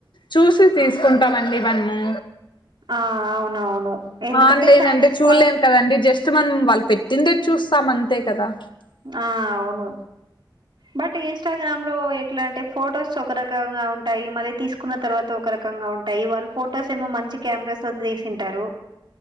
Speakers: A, on the left; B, on the right.
A: చూసి తీసుకుంటామండి మనము
B: ఆ అవునవును ఎందుకంటే
A: ఆన్లైన్
B: శారీస్
A: అంటే చూళ్ళేం
B: క్వాలిటీ
A: కదండి జస్ట్ మనం వాళ్ళు పెట్టిందే చూస్తాం అంతే కదా
B: ఆ అవును బట్ ఇన్స్టగ్రామ్లో ఎట్లా అంటే ఫొటోస్ ఒక రకంగా ఉంటాయి మళ్ళీ తీసుకున్న తర్వాత ఒక ర కంగా ఉంటాయి వాళ్ళు ఫొటోస్ ఏమో మంచి కెమెరాస్తో తీసింటారు